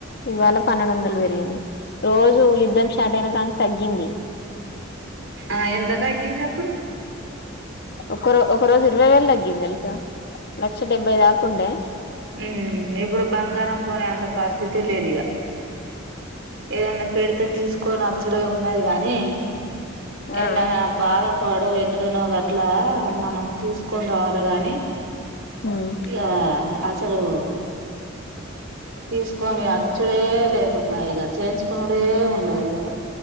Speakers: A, on the left (about 55°); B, on the right (about 70°).
A: ఇవాళ పన్నెండు వందలు పెరిగింది రోజు యుద్ధం స్టార్ట్ అయిన కాంచి తగ్గింది
B: ఆ ఎంత తగ్గింది అప్పుడు
A: ఒకరో ఒక రోజు ఇరవై వేలు తగ్గింది తెలుసా లక్ష డెబ్బై దాకా ఉండే
B: ఉమ్ ఇప్పుడు బంగారం కొనే అంత పరిస్థితే లేదు ఇగ ఏదన్న పెడితే తీసుకొని అచ్చుడే ఉన్నది గాని ఎన్నా
A: ఆ
B: భాగం పడో ఎట్లనో గట్లా మనం తీసుకొని రావాలి గాని
A: ఉమ్
B: ఇగ అసలు <inaudible> తీసుకొని అచ్చుడే లేక పాయే ఇగ చేయించుకున్నాడే ఉండదు ఇగ